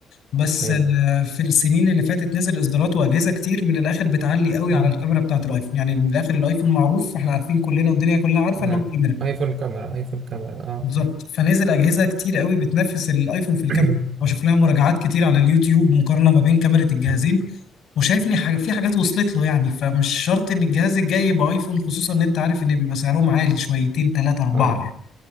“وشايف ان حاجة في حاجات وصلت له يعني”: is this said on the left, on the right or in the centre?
Left